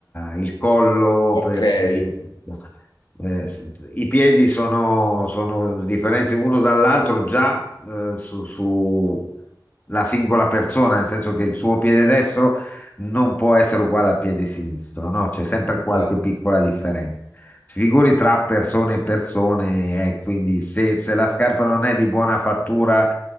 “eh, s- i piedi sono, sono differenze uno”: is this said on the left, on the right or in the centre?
Left